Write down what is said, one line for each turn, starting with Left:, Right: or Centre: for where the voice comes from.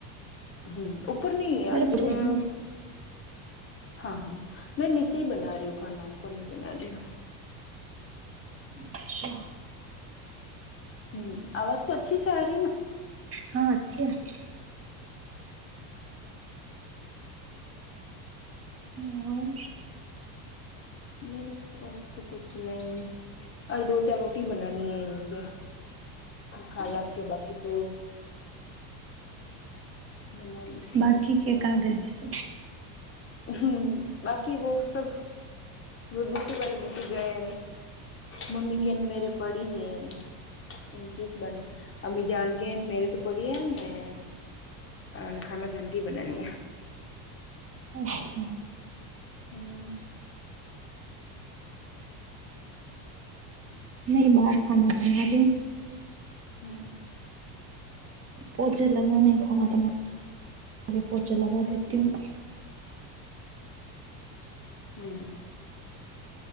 Left: ہمم اوپر نہیں
Right: میرے
Left: اج
Right: پوچے
Left: میں
Right: لگانے ہیں۔
Left: ہاں ہاں میں نیچے ہی بنا رہی ہوں کھانا اوپر نہیں بنا رہی ہوں
Right: اچھا
Left: ہمم آواز تو اچھی سے آ رہی ہے نا
Right: ہاں اچھی آری ھمم
Left: بس اور تو کچھ نہیں اور دو چار روٹی بنانی ہے کھاے آکے باقی تو بنالیے
Right: باقی کے کہاں گئے سب
Left: ہمم باقی وہ سب وہ بوٹے والے بوٹے گئے ممی کے میرے پڑھی ہے ان کس بن <unintelligible> امی جان گ میرے تو پڑھیے میں ن خالہ جان کے ہی بنانی ہیں
Right: اچھا
Left: ہمم
Right: نہیں باہر کھانا بنا د
Left: ہمم
Right: پوچے لگانے کھانا بنا آے پوچھا لگا دیتی ہوں
Left: ہمم